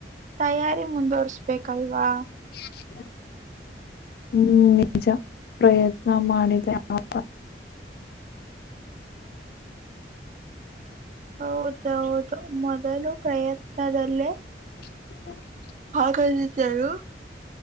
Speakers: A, on the right; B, on the left.
A: ತಯಾರಿ ಮುಂದುವರೆಸ್ಬೇಕಲ್ವಾ.
B: <unintelligible> ಹ್ಮ್ ನಿಜ ಪ್ರಯತ್ನ ಮಾಡಿದೆ <unintelligible>
A: ಹೌದೌದು ಮೊದಲು ಪ್ರಯತ್ನದಲ್ಲೇ
B: <inaudible> <unintelligible>
A: ಆಗಂದಿದ್ ಯಾರು